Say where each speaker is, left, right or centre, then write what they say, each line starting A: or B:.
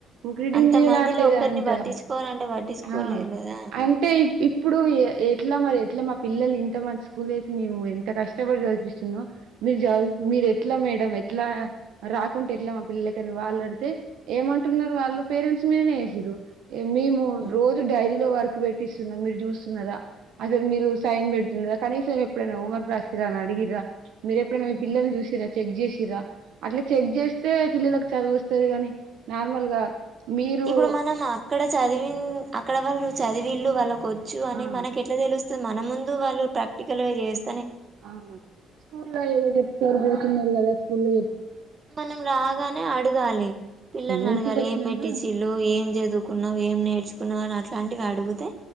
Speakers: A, on the right (about 75°); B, on the right (about 40°).
A: బుక్ రీడింగ్
B: అంత
A: చేయరాట్లేదంట.
B: మందిల ఒకరిని పట్టించుకోవాలంటే పట్టించుకోలేరు
A: ఆ
B: కదా.
A: అంటే ఇప్ ఇప్పుడు ఎట్ల మరి ఎట్ల మా పిల్లలు ఇంత మంచి స్కూల్ వేసి మేము ఎంత కష్టపడి చదివిపిస్తున్నాం. మీరు జద్ మీర్ ఎట్లా మేడం ఎ ఎట్లా రాకుంటే ఎట్లా మా పిల్లలకని వాళ్ళు అడిగితే ఏమంటున్నారు వాళ్ళు పేరెంట్స్ మీదనే వేసిర్రు ఇగ మేము
B: హ్మ్. హ్మ్.
A: రోజు డైరీలో వర్క్ పెట్టిస్తున్నా మీరు చూస్తున్న అసలు మీరు సైన్ పెడుతున్నరా కనీసం ఎప్పుడైనా హోంవర్క్ రాసిరా అని అడిగిర్ర మీర ఎప్పుడైన
B: హ్మ్.
A: మీ పిల్లల్ని చూసిర్ర చెక్ చేసిర్ర అట్లా చెక్ చేస్తే
B: హ్మ్.
A: పిల్లలకు చదువు వస్తాది కాని నార్మల్ గా మీరు
B: ఇప్పుడు మనం అక్కడ చదివిన్ అక్కడ వాళ్ళు చదివీళ్లు వాళ్ళ కొ చ్చు అని
A: ఆ
B: మనకి ఎట్ల తెలుస్త్ స్తది మన ముందు వాళ్ళు ప్రాక్టికల్ గా చేస్
A: ఆ మ స్కూల్లో ఏం చెప్తారు న్నరు కదా స్కూల్ల
B: మనం రాగానే అడగాలి పిల్లల్ని
A: ఇంటికి
B: అడగాలి
A: వచ్చినాక
B: ఏం పెట్టి చీల్లు ఏం చదువ్ కున్నావ్ ఏం నేర్చుకున్నవని అట్లాంటివి అడుగుతే